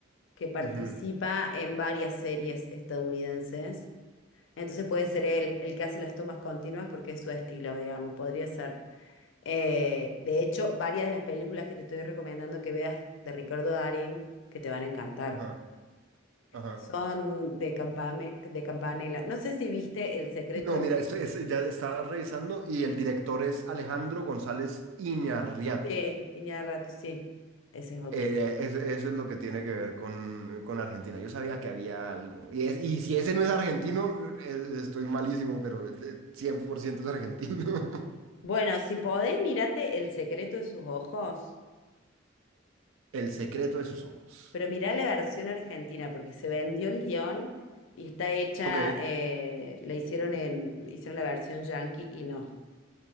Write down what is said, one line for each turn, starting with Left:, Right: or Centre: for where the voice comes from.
Left: que participa
Right: Ujú,
Left: en varias series estadounidenses. Entonces puede ser él el que hace las tomas continuas porque es su estilo, digamos, podría ser. Eh, de hecho, varias de las películas que te estoy recomendando que veas de Ricardo Darín, que te van a encantar,
Right: Ajá, ajá.
Left: son de Campame- de Campanella. No sé si viste El secreto
Right: No,
Left: de
Right: mira, esto es- ya estaba revisando y el director es Alejandro González Iñarriatu.
Left: Sí, Iñárritu, rato, sí, ese es otro.
Right: Eh, eso, eso es lo que tiene que ver con, con Argentina. Yo sabía que había algo. Y, es- y si ese no es argentino, eh, estoy malísimo, pero eh, 100% es argentino. <laughs>
Left: Bueno, si podés, mirate El secreto de sus ojos,
Right: El secreto de sus ojos.
Left: pero mirá la versión argentina, porque se vendió el guión y está hecha,
Right: Ok.
Left: eh, la hicieron en, hicieron la versión yankee y no,